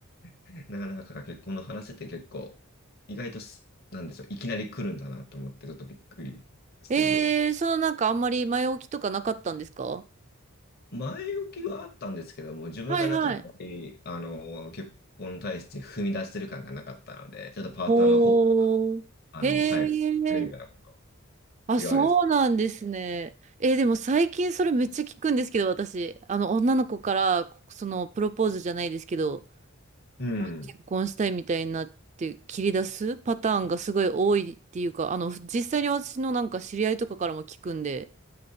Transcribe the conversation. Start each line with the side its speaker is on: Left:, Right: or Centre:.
Left: かなか結婚の話って結構、意外とす、なんでしょう、いきなり来るんだなと思って、ちょっとびっくりしてますね。
Right: えー、そのなんかあんまり前置きとかなかったんですか
Left: 前置きはあったんですけども、自分がなんかあんまり、
Right: はいはい。
Left: あの、結婚に対して踏み出してる感がなかったので、ちょっとパートナーの方、
Right: おー。
Left: あの、
Right: へ
Left: 入るみたいなこと
Right: え。あ、
Left: 言われて、
Right: そうなんですね。えーでも最近それめっちゃ聞くんですけど、私。あの、女の子から、その、プロポーズじゃないですけど、
Left: うん。
Right: 結婚したいみたいになって切り出すパターンがすごい多いっていうか、あの、実際に私のなんか知り合いとかからも聞くんで、